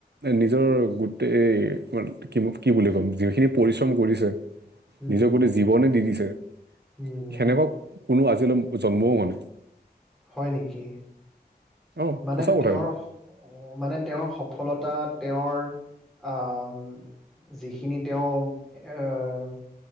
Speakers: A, on the right; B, in the centre.
A: নিজৰ গোটেই তোমাৰ কি কি বুলি ক'ম যিখিনি পৰিশ্ৰম কৰিছে,
B: উম
A: নিজক গোটেই জীৱনে দি দিছে
B: উম
A: সেনেকুৱা কোনো আজি আজিলৈ জন্মও হোৱা নাই।
B: হয় নেকি?
A: অ
B: মানে
A: সঁচা কথা
B: তেওঁৰ
A: এইটো
B: মানে তেওঁৰ সফলতা তেওঁৰ, আঁ ওম যিখিনি তেওঁ আহ